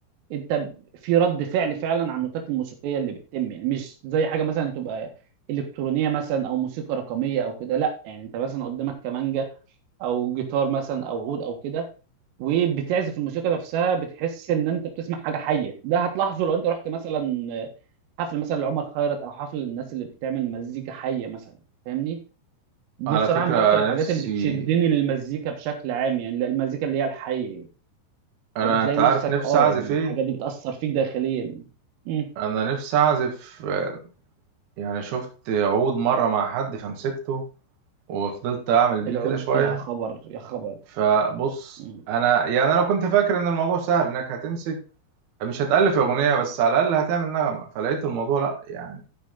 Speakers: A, on the right; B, on the right.
A: انت في رد فعل فعلا على النوتات الموسيقيه اللي بتتم يعني مش زي حاجه مثلا تبقى الكترونيه مثلا او موسيقى رقميه او كده لا يعني انت مثلا قدامك كمانجا او جيتار مثلا او عود او كده وبتعزف الموسيقى نفسها بتحس ان انت بتسمع حاجه حيه ده هتلاحظه لو انت رحت مثلا حفل مثلا لعمر خيرت او حفل للناس اللي بتعمل مزيكا حيه مثلا فاهمني دي
B: على
A: بصراحه
B: فكرة
A: من اكتر الحاجات
B: نفسي
A: اللي بتشدني للمزيكا بشكل عام يعني المزيكا اللي هي الحيه
B: أنا
A: فبتلاقي
B: أنت
A: نفسك
B: عارف نفسي
A: اه
B: أعزف
A: يعني
B: إيه؟
A: الحاجات دي بتأثر فيك داخليا يعني مم.
B: أنا نفسي أعزف آه، يعني شفت عود مرة مع حد فمسكته وفضلت أعمل بيه
A: العود
B: كده شوية
A: يا خبر يا خبر
B: فبص
A: مم.
B: أنا يعني أنا كنت فاكر إن الموضوع سهل إنك هتمسك مش هتألف أغنية بس على الأقل هتعمل نغمة فلقيت الموضوع لأ يعني